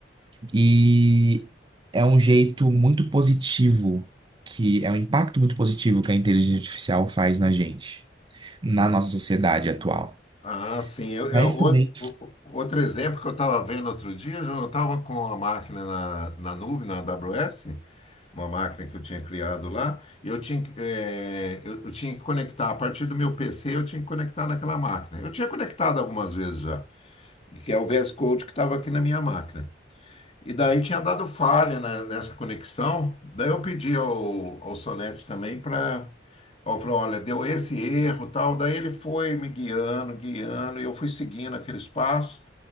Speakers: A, on the right; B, on the left.
A: E é um jeito muito positivo, que é um impacto muito positivo que a inteligência artificial faz na gente, na nossa sociedade atual.
B: Ah, sim. Eu, eu-
A: Mas
B: o-
A: também.
B: o- outro exemplo que eu estava vendo outro dia, eu estava com a máquina na, na nuvem, na AWS, uma máquina que eu tinha criado lá, e eu tinha, que, eh, eu, eu tinha que conectar, a partir do meu PC, eu tinha que conectar naquela máquina. Eu tinha conectado algumas vezes já, que é o VS Code que estava aqui na minha máquina. E daí tinha dado falha na- nessa conexão, daí eu pedi ao, ao Solete também para. Eu falei, olha, deu esse erro, tal. Daí ele foi me guiando, guiando, e eu fui seguindo aqueles passos.